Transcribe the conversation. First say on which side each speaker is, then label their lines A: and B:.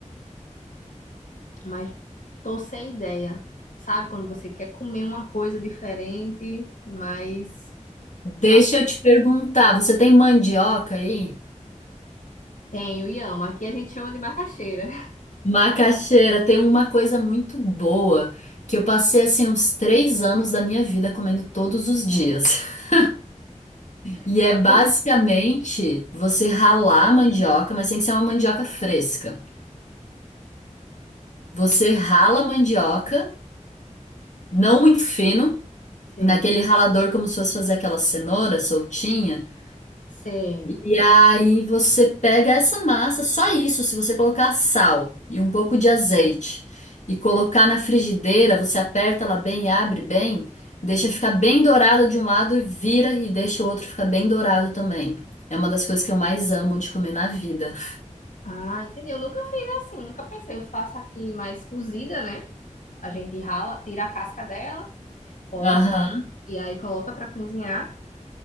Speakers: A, on the left; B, on the left.
A: mas tô sem ideia. Sabe quando você quer comer uma coisa diferente, mas
B: Deixa
A: não,
B: eu te perguntar, você tem mandioca aí?
A: tenho e amo. Aqui a gente chama de macaxeira.
B: Macaxeira, tem uma coisa muito boa que eu passei assim uns três anos da minha vida comendo todos os dias. <laughs>
A: <laughs>
B: E
A: Só
B: é basicamente
A: por-
B: você ralar a mandioca, mas tem que ser uma mandioca fresca. Você rala a mandioca, não muito fino.
A: Sei,
B: naquele ralador como se fosse fazer aquela cenoura soltinha.
A: sei.
B: E aí você pega essa massa, só isso, se você colocar sal e um pouco de azeite e colocar na frigideira, você aperta ela bem e abre bem, deixa ficar bem dourado de um lado e vira e deixa o outro ficar bem dourado também. É uma das coisas que eu mais amo de comer na vida.
A: Ah, entendi. Eu nunca fiz assim, nunca pensei. Eu faço aqui mais cozida, né? A gente rala, tira a casca dela, corta
B: <laughs> Aham,
A: e aí coloca para cozinhar.